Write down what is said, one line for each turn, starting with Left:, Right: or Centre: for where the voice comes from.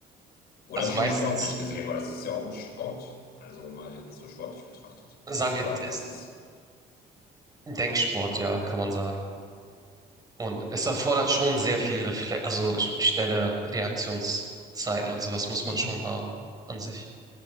Left: Oder
Right: Also
Left: schon
Right: meistens
Left: sportlich gesehen, weil es ist ja auch ein Sport. Also mal jetzt so sportlich betrachtet.
Right: sagen
Left: Würdest du
Right: wir,
Left: sagen, das
Right: ist
Left: ist,
Right: Denksport, ja, kann man sagen. Und es erfordert schon sehr viel Refle also sch- schnelle Reaktionszeiten und sowas muss
Left: hm,
Right: man schon haben an sich.